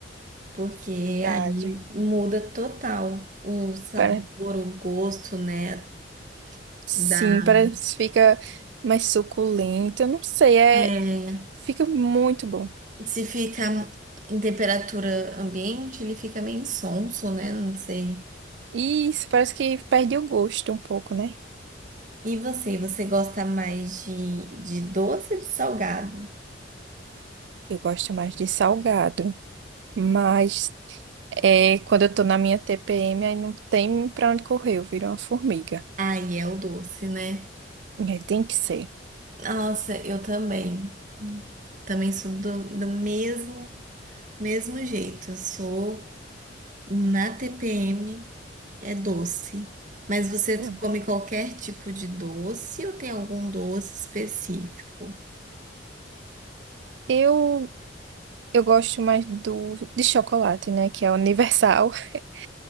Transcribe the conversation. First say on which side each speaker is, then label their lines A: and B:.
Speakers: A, on the right; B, on the right.
A: porque
B: Verdade.
A: aí muda total o sabor,
B: Para,
A: o gosto, né?
B: sim,
A: Da...
B: parece que fica mais suculento. Eu não sei, é,
A: É,
B: fica muito bom.
A: se fica em temperatura ambiente, ele fica meio insonso, né? Não sei.
B: Isso, parece que perde o gosto um pouco, né?
A: E você, você gosta mais de, de doce ou de salgado?
B: Eu gosto mais de salgado, mas É, quando eu tô na minha TPM, aí não tem pra onde correr, eu viro uma formiga.
A: Ai, é o doce, né?
B: É, tem que ser.
A: Nossa, eu também. Também sou do, do mesmo, mesmo jeito. Eu sou na TPM, é doce. Mas você
B: Hum.
A: come qualquer tipo de doce ou tem algum doce específico?
B: Eu, eu gosto mais do, de chocolate, né? Que é universal. <laughs>